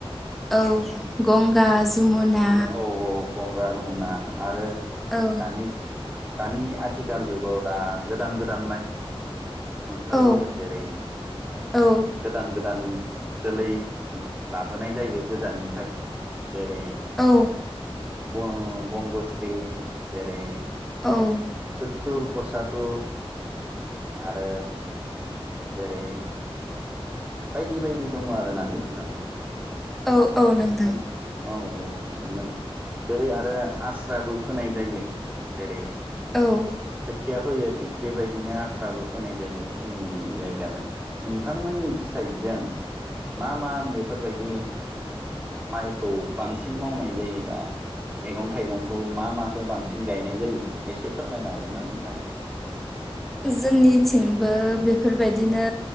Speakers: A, in the centre; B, on the right.
A: औ गंगा जमुना
B: औ औ गंगा जमुना आरो
A: औ
B: दानि दानि आथिखाल जुगाव दा गोदान गोदान माइ ओंखारबोबाय
A: औ
B: जेरै
A: औ
B: गोदान गोदान जोलै लाबोनाय जायो गोजाननिफ्राय जेरै
A: औ
B: बंग'स्रि जेरै
A: औ
B: मथुर पसाथुर आरो जेरै बायदि बायदि दङ आरोना नोंथां
A: औ औ नोंथां
B: नों औ औ जेरै आरो आस्राबो फोनाय जायो जेरै
A: औ
B: थिया फैयो थिग बेबायदिनो आस्राबो फोनाय जायो जोंनि जायगाजों नोंथांमोननि जों मा मा बेफोरबायदि माइखौ बांसिन मावनाय जायोबा मैगं थाइगंखौ मा मा खौ बांसिन गायनाय जायो एसे फोरमायनो हागोन ना नोंथाङा
A: जोंनिथिंबो बेफोरबायदिनो